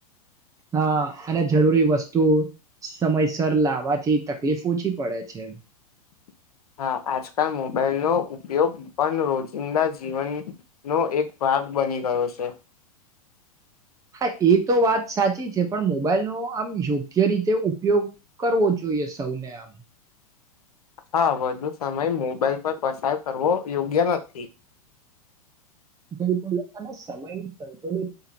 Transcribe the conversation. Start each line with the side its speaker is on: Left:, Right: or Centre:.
Right: હા અને જરૂરી વસ્તુ સમયસર લાવવાથી તકલીફ ઓછી પડે છે.
Left: <inaudible> હા આજકાલ મોબાઈલનો ઉપયોગ પણ રોજિંદા જીવનનો એક ભા ગ બની ગયો છે.
Right: હા એ તો વાત સાચી છે પણ મોબાઈલનો આમ યોગ્ય રીતે ઉપયોગ કરવો જોઈએ સૌને આમ.
Left: હા વધુ સમય મોબાઈલ પર પસાર કરવો યોગ્ય નથી.
Right: બિલકુલ અને સમય સંતુલિત